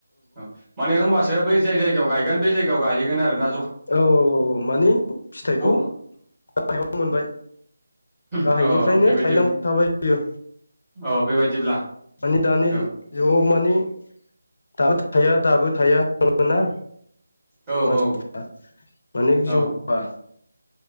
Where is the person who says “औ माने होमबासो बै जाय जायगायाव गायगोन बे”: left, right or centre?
Right